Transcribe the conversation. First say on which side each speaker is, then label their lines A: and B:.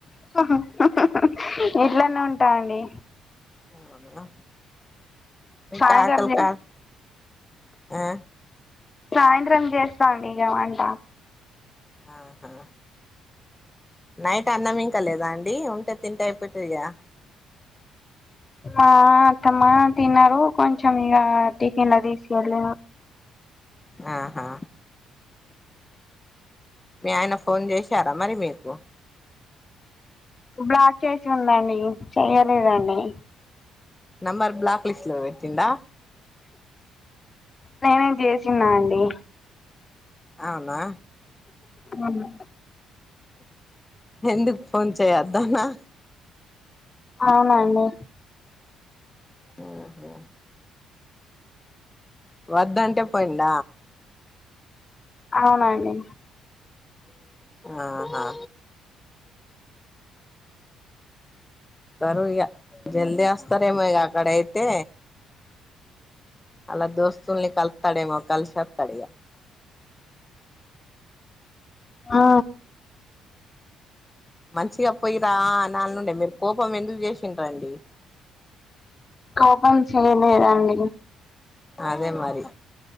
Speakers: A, on the left; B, on the left.
A: హా ఇట్లనే ఉంట అండి
B: ఆనా మీ
A: సాయంత్రం
B: కకల్కా
A: చే
B: ఆ
A: సాయంత్రం చేస్త అండి ఇగ వంట
B: ఆహా నైట్ అన్నం ఇంక లేదా అండి ఉంటే తింటే అయిపోత ఇగా
A: మా అత్తమ్మా తిన్నరు కొంచెం ఇక <unintelligible> తీసి వెళ్ళ
B: ఆహా మీ ఆయన ఫోన్ చేశార మరి మీకు
A: బ్లాక్ చేసి ఉంది అండి చెయ్యలేదండి
B: నంబ బ్లాక్ లిస్ట్ లో పెట్టిండ
A: నేనే చేసిన్న అండి
B: అవునా
A: అవును
B: ఎందుకు ఫోన్ చేయద్దానా
A: అవునండి
B: మ్ హు వద్దంటే పోయిండ
A: అవునండి
B: ఆహా వస్తారు ఇగ జల్దీ వస్తారేమో ఇగ అక్కడ అయితే అలా దోస్తుల్ని కలుతాడేమో కలిసి వస్తాడు ఇగ
A: ఆ
B: మంచిగా పోయిరా అని అననుండే మీరు కోపం ఎందుకు చేసిండ్రండి
A: కోపం చేయలేదండి
B: అదే మరి